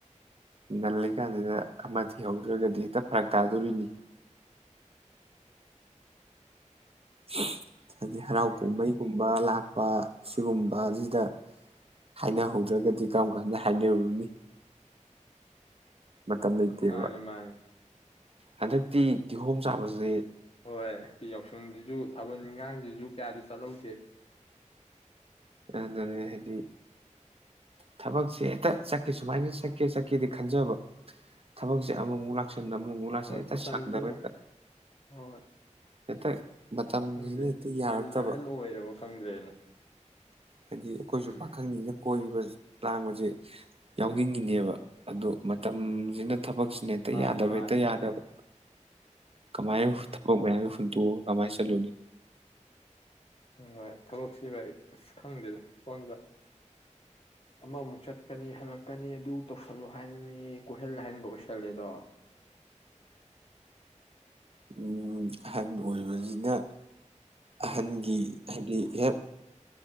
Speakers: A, on the right; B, on the left.
A: ꯉꯜꯂꯤꯀꯥꯟꯁꯤꯗ ꯑꯃ ꯊꯤꯍꯧ ꯗ꯭ꯔꯒꯗꯤ ꯍꯦꯛꯇ ꯐꯔꯛ ꯇꯥꯗꯣꯔꯤꯅꯤ <unintelligible> ꯍꯥꯏꯗꯤ
B: ꯎꯝ
A: ꯍꯔꯥꯎ ꯀꯨꯝꯍꯩꯒꯨꯝꯕ ꯂꯥꯛꯄ ꯁꯤꯒꯨꯝꯕ ꯑꯁꯤꯗ ꯍꯥꯏꯅꯍꯧꯗ꯭ꯔꯒꯗꯤ ꯀꯔꯝ ꯀꯥꯟꯗ ꯍꯥꯏꯅꯔꯨꯅꯤ ꯃꯇꯝ ꯂꯩꯇꯦꯕ
B: ꯃꯥꯅꯤ ꯃꯥꯅꯤ
A: ꯍꯟꯗꯛꯇꯤ ꯀꯤꯍꯣꯝ ꯆꯥꯕꯁꯤ
B: ꯍꯣꯏ ꯁꯤ ꯌꯥꯎꯁꯪꯁꯤꯁꯨ ꯊꯥꯕꯜ ꯏꯟꯈꯥꯡꯁꯤꯁꯨ ꯀꯌꯥꯗ ꯆꯠꯍꯧꯗꯦ
A: ꯑꯗꯨꯅꯦ ꯍꯥꯏꯗꯤ ꯊꯕꯛꯁꯦ ꯍꯦꯛꯇ ꯆꯠꯀꯦ ꯁꯨꯃꯥꯏꯅ ꯆꯠꯀꯦ ꯆꯠꯀꯦꯗꯤ ꯈꯟꯖꯕ ꯊꯕꯛꯁꯦ ꯑꯃꯃꯨꯛ ꯂꯥꯛꯁꯟ ꯑꯃꯨꯃꯨꯛ
B: ꯍꯣꯏ
A: ꯂꯥꯛꯁꯤꯟ ꯍꯦꯛꯇ
B: ꯃꯇꯝꯁꯤꯅ
A: ꯁꯪꯗꯕ ꯍꯦꯛꯇ
B: ꯍꯣꯏ
A: ꯍꯦꯛꯇ ꯃꯇꯝꯁꯤꯅꯤ
B: ꯈꯪꯗꯦ
A: ꯍꯦꯛꯇ ꯌꯥꯔꯛꯇꯕ
B: ꯉꯟꯅ ꯑꯍꯟ ꯑꯣꯏꯔꯕ ꯈꯪꯗ꯭ꯔꯦꯅꯦ
A: ꯍꯥꯏꯗꯤ ꯑꯈꯣꯏꯁꯨ
B: ꯎꯝ
A: ꯄꯥꯈꯪꯅꯤꯅ ꯀꯣꯏꯕ ꯂꯥꯡꯕꯁꯦ ꯌꯥꯎꯅꯤꯡꯉꯤꯅꯦꯕ ꯑꯗꯣ ꯃꯇꯝꯁꯤꯅ ꯊꯕꯛꯁꯤꯅ ꯍꯦꯛꯇ
B: ꯃꯥꯅꯦ
A: ꯌꯥꯗꯕ
B: ꯃꯥꯅꯦ
A: ꯍꯦꯛꯇ ꯌꯥꯗꯕ ꯀꯃꯥꯏꯅ ꯊꯕꯛ ꯃꯌꯥꯝꯗꯨ ꯍꯨꯟꯇꯣꯛꯑꯒ ꯀꯃꯥꯏꯅ ꯆꯠꯂꯨꯅꯤ
B: ꯍꯣꯏ ꯍꯣꯏ ꯊꯕꯛꯁꯤ ꯕꯥꯏ ꯑꯁ ꯈꯪꯗꯦꯗ ꯐꯣꯟꯗ ꯑꯃꯃꯨꯛ ꯆꯠꯀꯅꯤ ꯍꯜꯂꯛꯀꯅꯤ ꯑꯗꯨ ꯇꯧꯁꯜꯂꯨ ꯍꯥꯏꯟꯅꯤ ꯀꯣꯏꯍꯜ ꯂꯥꯏꯍꯟꯒ ꯑꯣꯏꯁꯜꯂꯦꯗꯣ
A: ꯎꯝ ꯑꯍꯟ ꯑꯣꯏꯕꯁꯤꯅ ꯑꯍꯟꯒꯤ
B: ꯎꯝ
A: ꯍꯥꯏꯗꯤ ꯍꯦꯛ